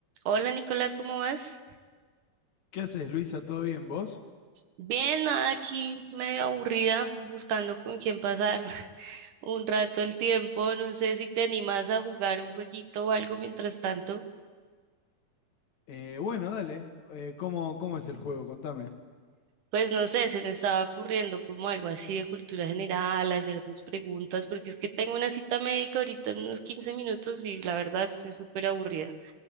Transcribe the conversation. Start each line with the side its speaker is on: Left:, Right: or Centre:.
Right: Hola Nicolás, ¿cómo vas?
Left: ¿Qué haces, Luisa? ¿Todo bien vos?
Right: Bien, nada, aquí medio aburrida, buscando con quién pasar <laughs> un rato el tiempo. No sé si te animas a jugar un jueguito o algo mientras tanto.
Left: Eh, bueno, dale. Eh, ¿cómo, ¿Cómo es el juego? Contame.
Right: Pues no sé, se me estaba ocurriendo como algo así de cultura general, hacernos preguntas, porque es que tengo una cita médica ahorita en unos 15 minutos y la verdad estoy súper aburrida.